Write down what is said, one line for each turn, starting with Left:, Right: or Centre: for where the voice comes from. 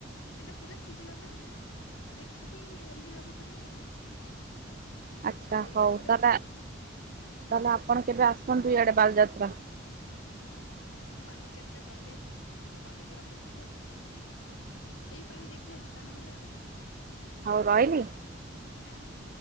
Left: ସେଟା ପୁରା ସିଜିଲା ପରେ ଦେଖିକି ଓହ୍ଲେଇବାକୁ ପଡିବ ଆଉ।
Right: ଆଚ୍ଛା
Left: ସେଇଟା
Right: ହଉ
Left: ପୁରା
Right: ତାହେଲେ
Left: ସହଜ।
Right: ତାହେଲେ ଆପଣ କେବେ ଆସନ୍ତୁ ଇଆଡେ ବାଲଯାତ୍ରା।
Left: ହ ମୁଁ ବାଲିଯାତ୍ରା ଗଲେ କହିବି ଆପଣଙ୍କୁ। ଏଇପାଳି ଦେଖିଆ ଯିବା ନହେଲେ ଆଉ।
Right: ହଉ ରହବି?
Left: ହଁ ହଁ।